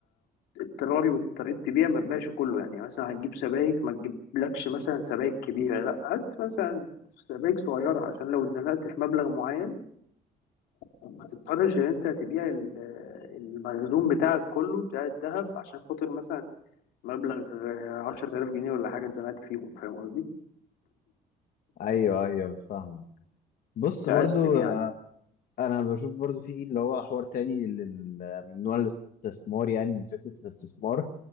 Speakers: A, on the left; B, on the left.
A: اضطراري واضطريت تبيع ما تبيعش كله يعني مثلا هتجيب سبايك ما تجيبلكش مثلا سبايك كبيرة لا هات مثلا سبايك صغيرة عشان لو اتزنقت في مبلغ معين ما تضطرش ان انت تبيع ال- المخزون بتاعك كله بتاع الذهب عشان خاطر مثلا مبلغ عشرة آلاف جنيه ولا حاجة اتزنقت فيهم فاهم قصدي؟
B: ايوه ايوه فاهم بص
A: تقسم
B: برضو
A: يعني
B: آه، انا بشوف برضو في اللي هو حوار تاني لل- من نوع الاستثمار يعني من فكره الاستثمار